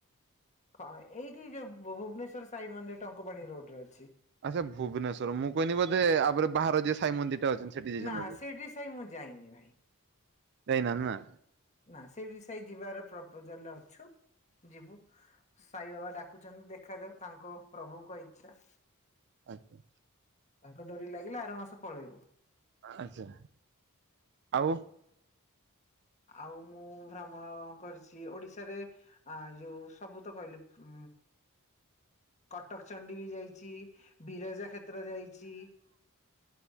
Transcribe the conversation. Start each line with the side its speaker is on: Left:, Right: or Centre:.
Left: ହଁ ଏଇଠି ଯୋଉ ଭୁବନେଶ୍ଵର ସାଇ ମନ୍ଦିର ଟଙ୍କପାଣି ରୋଡରେ ଅଛି।
Right: ଆଚ୍ଛା ଭୁବନେଶ୍ୱର ମୁଁ କହନି ବୋଧେ ଆପରେ ବାହାର ଯିଏ ସାଇ ମନ୍ଦିର ଟା ଅଛନ୍ତି। ସେଠି ଯାଇଛନ୍ତି
Left: ନା
Right: ବୋଧେ
Left: ସେଇଠି ସେଇ ମୁଁ ଯାଇନି ଭାଇ।
Right: ଯାଇନା ନା?
Left: ନା ସେଇଠି ସେଇ ଯିବାର ପ୍ରପୋଜାଲରେ ଅଛୁ ଯିବୁ। ସାଇବାବା ଡାକୁଛନ୍ତି ଦେଖାଯାଉ ତାଙ୍କ ପ୍ରଭୁଙ୍କ ଇଚ୍ଛା।
Right: ଆଜ୍ଞା।
Left: ତାଙ୍କ ଡୋରି ଲାଗିଲେ ଆର ମାସ ପଳେଇବୁ।
Right: ଆଚ୍ଛା ଆଉ
Left: ଆଉ ମୁଁ ଭ୍ରମଣ କରିଛି ଓଡିଶାରେ ଆ ଯୋଉ ସବୁ ତ କହିଲି ଉ। କଟକ ଚଣ୍ଡୀ ବି ଯାଇଛି, ବିରଜା କ୍ଷେତ୍ର ଯାଇଛି।